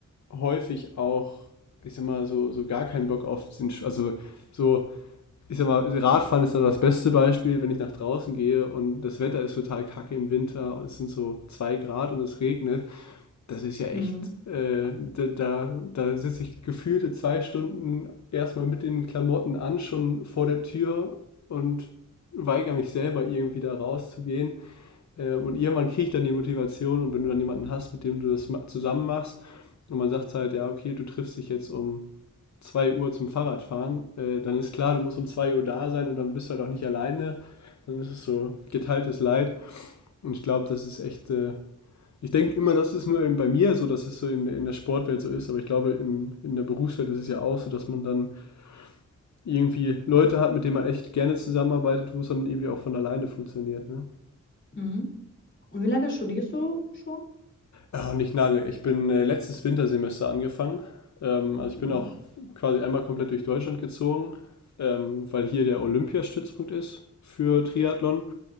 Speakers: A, on the left; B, on the left.
A: häufig auch, ich sag mal, so, so gar keinen Bock auf den, Sch- also so, ich sag mal, Radfahren ist dann das beste Beispiel, wenn ich nach draußen gehe und das Wetter ist total kacke im Winter und es sind so zwei Grad und es regnet das ist ja echt,
B: Mhm.
A: äh, da, da, da sitze ich gefühlte zwei Stunden erstmal mit den Klamotten an, schon vor der Tür und weigere mich selber irgendwie da rauszugehen. Äh, und irgendwann kriege ich dann die Motivation und wenn du dann jemanden hast, mit dem du das ma- zusammen machst und man sagt halt, ja, okay, du triffst dich jetzt um 2 Uhr zum Fahrradfahren, äh, dann ist klar, du musst um 2 Uhr da sein und dann bist du halt auch nicht alleine. Dann ist es so geteiltes Leid und ich glaube, das ist echt äh, ich denke immer, das ist nur eben bei mir so, dass es so in, in der Sportwelt so ist, aber ich glaube, im, in der Berufswelt ist es ja auch so, dass man dann irgendwie Leute hat, mit denen man echt gerne zusammenarbeitet, wo es dann irgendwie auch von alleine funktioniert. Ne?
B: Mhm. und wie lange studierst du schon?
A: Oh, nicht lange. Ich bin äh, letztes Wintersemester angefangen. Ähm, also ich
B: Mhm.
A: bin auch quasi einmal komplett durch Deutschland gezogen, ähm, weil hier der Olympiastützpunkt ist für Triathlon